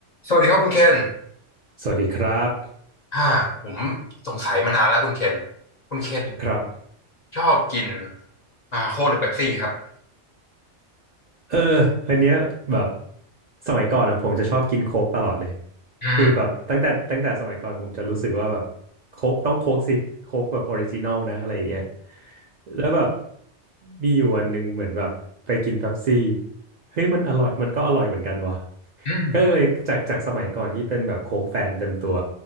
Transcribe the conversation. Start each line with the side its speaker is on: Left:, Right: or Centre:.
Left: สวัสดีครับคุณเคน
Right: สวัสดีครับ
Left: อ่าผมสงสัยมานานแล้วคุณเคนคุณเคน
Right: ครับ
Left: ชอบกินอ่าโค้กหรือเป๊ปซี่ครับ
Right: เอออันเนี้ยแบบสมัยก่อนอ่ะผมจะชอบกินโค้กตลอดเลย
Left: อืม
Right: คือแบบตั้งแต่ตั้งแต่สมัยก่อนผมจะรู้สึกว่าแบบโค้กต้องโค้กสิโค้กแบบออริจินอลนะอะไรอย่างเงี้ยแล้วแบบมีอยู่วันหนึ่งเหมือนแบบไปกินเป๊ปซี่เฮ้ยมันอร่อยมันก็อร่อยเหมือนกันวะ
Left: อืม
Right: ก็เลยจากจากสมัยก่อนที่เป็นแบบโค้กแฟนเต็มตัว